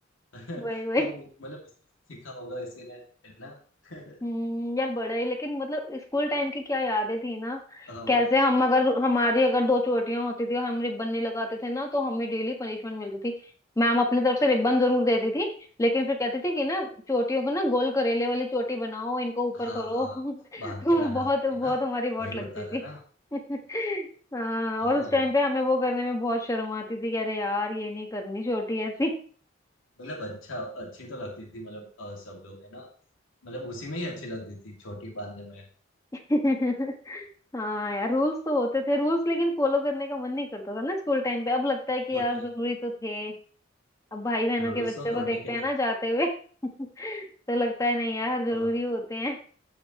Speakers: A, on the left; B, on the left.
A: <laughs>
B: वही वही
A: तो मतलब उसी से सीखा होगा इसे ने है ना <laughs>
B: हम्म यार बड़ा ही लेकिन मतलब स्कूल टाइम की क्या यादें थी ना
A: हाँ
B: कैसे
A: मतलब
B: हम अगर हमारी अगर दो चोटियां होती थी और हम रिबन नहीं लगाते थे ना तो हमें डेली पनिशमेंट मिलती थी मैम अपनी तरफ से रिबन जरूर देती थी लेकिन फिर कहती थी कि ना चोटियों को ना गोल करेले वाली चोटी बनाओ इनको ऊपर
A: हाँ
B: करो
A: हाँ
B: <laughs> तो
A: बांध के लाना
B: बहुत बहुत
A: है ना
B: हमारी वोट
A: वही होता
B: लगती थी
A: था ना
B: <laughs> हाँ
A: हाँ
B: और उस टाइम पे हमें वो करने में बहुत शर्म आती थी कि अरे यार ये नहीं करनी चोटी ऐसी
A: मतलब अच्छा अच्छी तो लगती थी मतलब अ, सब लोग है ना मतलब उसी में ही अच्छी लगती थी छोटी बांधने में
B: <laughs> हाँ यार रूल्स तो होते थे रूल्स लेकिन फॉलो करने का मन नहीं करता था ना स्कूल टाइम पे अब लगता है कि
A: वो
B: यार
A: तो है
B: जरूरी तो थे अब भाई बहनों
A: रूल्स
B: के बच्चों
A: तो तोड़ने
B: को देखते
A: के लिए
B: हैं
A: होता
B: ना जाते हुए <laughs> तो लगता है नहीं यार
A: है
B: जरूरी
A: अ,
B: होते हैं